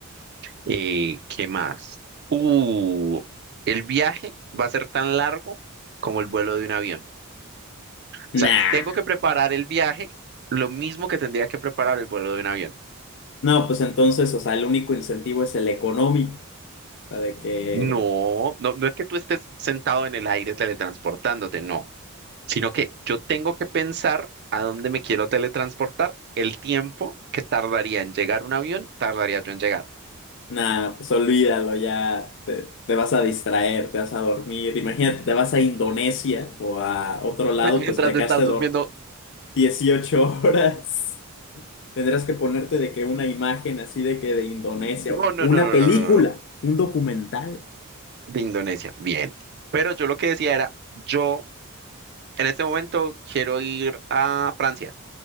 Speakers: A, on the right; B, on the left.
A: Eh, ¿qué más? Uh, el viaje va a ser tan largo como el vuelo de un avión. sea,
B: Nah.
A: tengo que preparar el viaje lo mismo que tendría que preparar el vuelo de un avión.
B: No, pues entonces, o sea, el único incentivo es el económico, o sea, de que
A: No, no, no es que tú estés sentado en el aire teletransportándote, no, sino que yo tengo que pensar a dónde me quiero teletransportar, el tiempo que tardaría en llegar un avión, tardaría yo en llegar.
B: Nada, pues olvídalo, ya te, te vas a distraer, te vas a dormir. Imagínate, te vas a Indonesia o a otro lado,
A: <laughs> Mientras
B: pues te
A: te
B: quedaste
A: estás durmiendo,
B: dor- 18 <laughs> horas. Tendrás que ponerte de que una imagen así de que de Indonesia,
A: no,
B: o
A: no,
B: una
A: no, no,
B: película,
A: no, no, no,
B: un documental.
A: de Indonesia, bien. Pero yo lo que decía era, yo en este momento quiero ir a Francia.